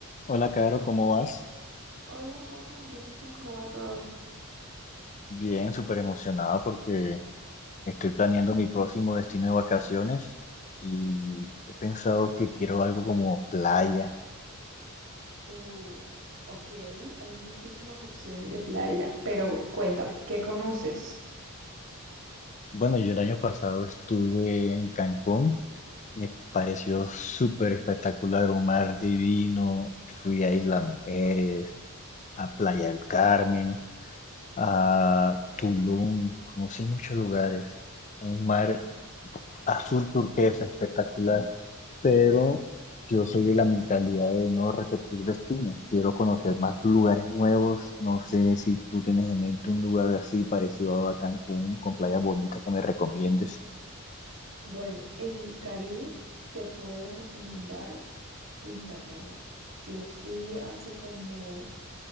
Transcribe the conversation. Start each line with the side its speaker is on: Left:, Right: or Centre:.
Left: Hola, Caro, ¿cómo vas?
Right: Hola, Holman, bien, ¿y tú cómo va todo?
Left: Bien, súper emocionada porque estoy planeando mi próximo destino de vacaciones y he pensado que quiero algo como playa.
Right: Uh, ok, hay muchísimas opciones de playa, pero cuéntame, ¿qué conoces?
Left: Bueno, yo el año pasado estuve en Cancún, me pareció súper espectacular, un mar divino, fui a Isla Mujeres, a Playa del Carmen, a Tulum, conocí muchos lugares, un mar azul turquesa espectacular. pero yo soy de la mentalidad de no repetir destino. Quiero conocer más lugares nuevos. No sé si tú tienes en mente un lugar así parecido a Cancún, con playas bonitas que me recomiendes.
Right: Bueno, en el Caribe te puedo recomendar Punta Cana. Yo fui hace como